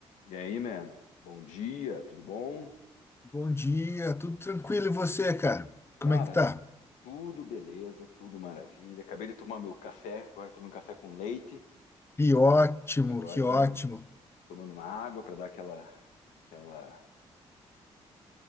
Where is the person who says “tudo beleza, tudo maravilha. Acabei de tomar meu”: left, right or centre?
Left